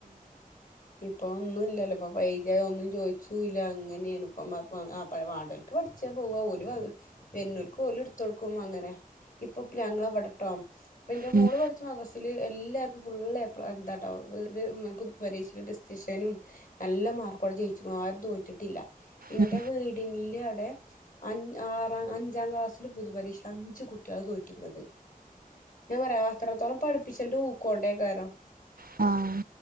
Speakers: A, on the left; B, on the right.
A: ഇപ്പൊ ഒന്ന അപ്പം പൈദ്യതം ഒന്നും ചോദിച്ചില്ല അങ്ങനെയാണ് ഇപ്പം പാടകക്ക് പഠിച്ചാൽ പോവുക പോലും അത് വുന്നൂൽക്ക് കോല എടുത്ത കൊടുക്കും അങ്ങനെ ഇപ്പൊ ഗ്രങ്ങള പടട്ടോ പിന്റെ
B: ഉം
A: മള്
B: ഉം
A: പഠിച്ചു മം എല്ലാർക്കും ഫുള്ള് എ പ്ലസ് എന്താട്ടോ പുൊതു പരീശ ഡെസ്റ്റഷനും നല്ല മാർക്കോടെ ജയിച്ചു ആരും തോറ്റിട്ടില്ല എന്റെ
B: ഉം
A: വീടില് അവിടെ അഞ് ആറാം അഞ്ചാം ക്ലാസ്സില് പൊതുപരീക്ഷയില അഞ്ചു കുട്ടികള് തോറ്റിക്കുന്നത് ഞൻത്രത്തോളം പഠിപ്പിച്ചണ്ട് ൂക്കോണ്ടേക്കാരോ
B: ആഹ